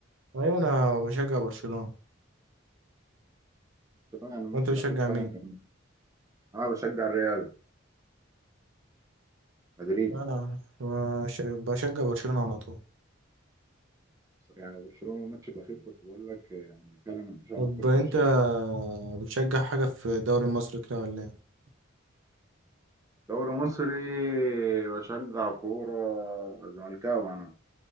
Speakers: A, on the right (about 80°); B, on the right (about 15°).
A: ايوه انا بشجع برشلونة
B: يعني الماتش
A: وانت بتشجع
B: الاخير فعلا
A: مين؟
B: كان انا بشجع الريال مدريدي
A: انا بش- بشجع برشلونة على طول
B: يعني برشلونة الماتش الاخير كنت بقول لك يعني فعلا من اشهر
A: طب
B: اقوى
A: انت
B: الماتشات
A: بتشجع حاجة في الدوري المصري كده ولا ايه؟
B: دوري مصري بشجع كورة زملكاوي انا